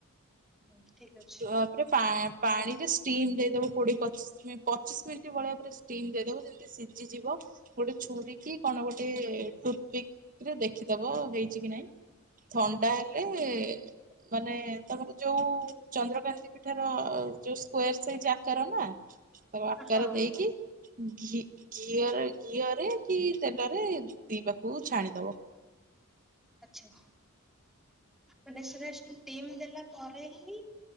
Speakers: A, in the centre; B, on the right (about 40°).
A: ହୁଁ ଠିକ ଅଛି।
B: ତ ପରେ ପା ପାଣିରେ ଷ୍ଟିମ ଦେଇଦବ କୋଡିଏ ପଚିଶ ପଚିଶ ମିନିଟ୍ ଭଳିଆ ପୁରା ଷ୍ଟିମ ଦେଇଦବ ଯେମିତି ସିଜିଯିବ। ଗୋଟେ ଛୁରୀ କି କଣ ଗୋଟେ ଟୁଥପିକ ରେ ଦେଖି ବ ହେଇଛି କି ନାଇଁ ଥଣ୍ଡା ହେଲେ ମାନେ ତମର ଯୋଉ ଚନ୍ଦ୍ରକାନ୍ତି ପିଠାର ଯୋଉ ସ୍କୋୟାର ସାଇଜ ଆକାରନା। ତା ଆକାର
A: ହଁ
B: ଦେଇକିି
A: ହଁ
B: ଘି ଘିଅରେ ଘିଅରେ କି ତେଲରେ ଦି ପାଖକୁ ଛାଣିଦବ।
A: ଆଚ୍ଛା। ମାନେ ସେଟା ଷ୍ଟିମ୍ ଦେଲା ପରେ ହିଁ